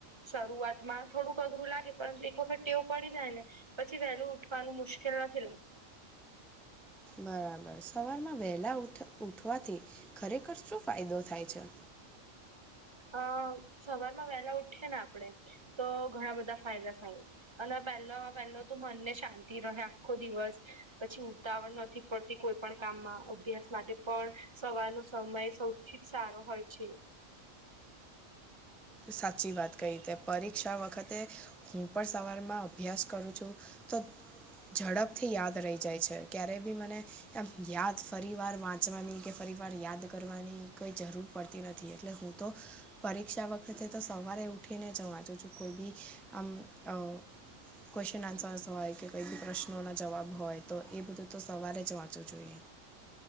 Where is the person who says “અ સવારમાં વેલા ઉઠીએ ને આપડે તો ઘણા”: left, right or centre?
Right